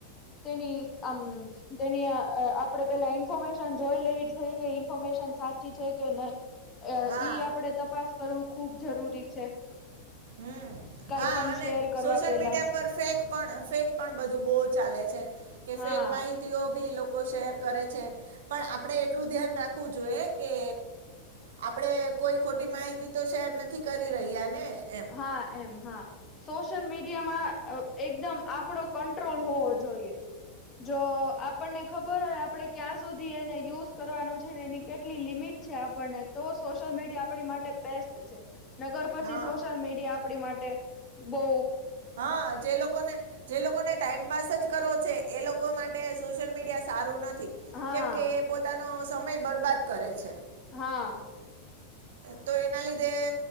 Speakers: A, on the left; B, on the right.
A: તેની આમ તેની આપડે પેલા ઇન્ફોર્મેશન જોઈ લેવી જોઈએ કે ઇન્ફોર્મેશન સાચી છે કે નહી
B: હા
A: ઈ આપડે તપાસ કરવું ખૂબ જરૂરી છે.
B: હમ.
A: કઈ
B: હા
A: પણ
B: અને
A: શેર કરવા
B: સોશિયલ
A: પેલા
B: મીડિયા પર ફેક પણ ફેક પણ બધું બહ ચાલે છે. કે ફેક
A: હા
B: માહિતીઓ ભી લોકો લોકો શેર કરે છે પણ આપડે એટલું ધ્યાન રાખવું જોઈએ કે આપડે કોઈ ખોટી માહિતી તો શેર નથી કરી રહ્યા ને. એમ
A: હા એમ હા સો સોશિયલ મીડિયામાં એકદમ આપડો કંટ્રોલ હોવો જોઈએ. જો આપણને ખબર હોય આપણે ક્યાં સુધી એને યુઝ કરવાનું છે ને એની કેટલી લિમિટ છે આપણને તો સોશિયલ મીડિયા આપણી માટે બેસ્ટ છે નગર પછી
B: હા
A: સોશ્યયલ મીડિયા આપણી માટે બહ
B: હા જે લોકોને જે લોકોને ટાઈમ પાાસ જ કરો છે એ લોકો માટે સોશીયલ મિડિયા સારું નથી
A: હા
B: કેમ કે એ પોતાનો સંપ સમય બરબાદ કરે છે.
A: હા
B: તો એના લીધે